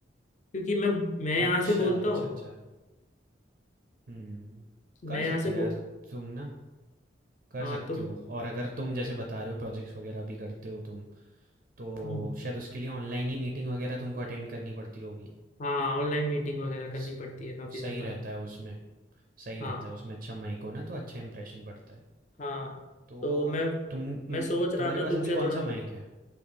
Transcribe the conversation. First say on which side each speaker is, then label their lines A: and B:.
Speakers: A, on the left (about 40°); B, on the right (about 50°).
A: क्योंकि मैं मैं यहाँ
B: अच्छा
A: से बोलता
B: अच्छा
A: हूँ
B: अच्छा हम्म
A: मैं
B: कर
A: यहाँ
B: सकते
A: से
B: हो
A: बो
B: यार तुम ना कर
A: हाँ
B: सकते
A: तो
B: हो और अगर तुम जैसे बता रहे हो प्रोजेक्ट्स वगैरह भी करते हो तुम तो
A: हम्म,
B: शायद उसके लिए ऑनलाइन ही मीटिंग वगैरह तुमको अटेंड करनी पड़ती होगी
A: हाँ ऑनलाइन मीटिंग वगैरह करनी
B: स-
A: पड़ती है काफी
B: सही
A: ज्यादा
B: रहता है उसमें सही
A: हाँ
B: रहता है उसमें अच्छा माइक हो ना तो अच्छा इंप्रेशन पड़ता है
A: हाँ
B: तो
A: तो मैं
B: तुम न-
A: मैं सोच रहा
B: तुम्हारे
A: था तुमसे
B: पास अभी कौन
A: थोड़ा
B: सा माइक है